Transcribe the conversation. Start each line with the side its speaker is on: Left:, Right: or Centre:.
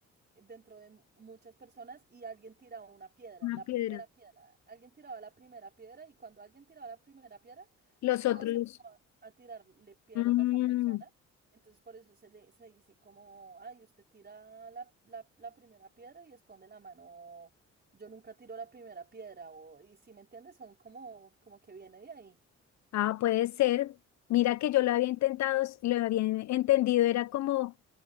Right: dentro de mu- muchas personas y alguien tiraba una piedra,
Left: Una
Right: la
Left: piedra.
Right: primera piedra. Alguien tiraba la primera piedra y cuando alguien tiraba la primera piedra,
Left: Los
Right: todos
Left: otros.
Right: empezaban a tirarle piedras
Left: mm,
Right: a esa persona. Entonces por eso se le se dice como, ay, usted tira la, la, la primera piedra y esconde la mano. O, Yo nunca tiro la primera piedra, o, y si me entiendes, son como, como que viene de ahí.
Left: ah, puede ser. Mira que yo lo había intentado, s- lo había entendido, era como